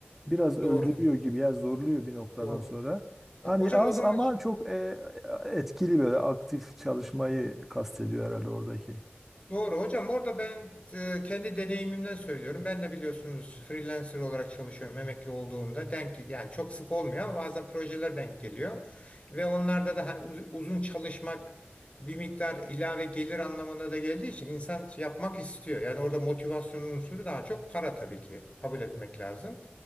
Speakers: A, in the centre; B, on the left.
A: biraz öldürüyor
B: Doğru.
A: gibi ya zorluyor bir noktadan
B: Doğru.
A: sonra. Hani
B: Ya, hocam
A: az
B: o zaman
A: ama çok e, etkili böyle aktif çalışmayı kastediyor herhalde oradaki.
B: Doğru hocam orada ben e, kendi deneyimimden söylüyorum. Ben de biliyorsunuz freelancer olarak çalışıyorum emekli olduğumda. Denk yani çok sık olmuyor ama bazen projeler denk geliyor. Ve onlarda da hani uz- uzun çalışmak bir miktar ilave gelir anlamına da geldiği için insan yapmak istiyor. Yani orada motivasyon unsuru daha çok para tabii ki kabul etmek lazım.